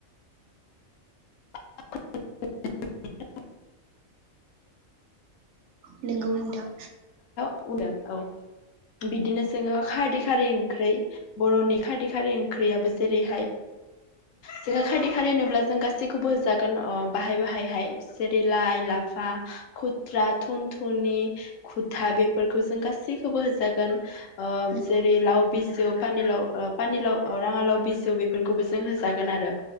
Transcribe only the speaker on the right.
<inaudible> नोंगौ नोंथां।
नंगौ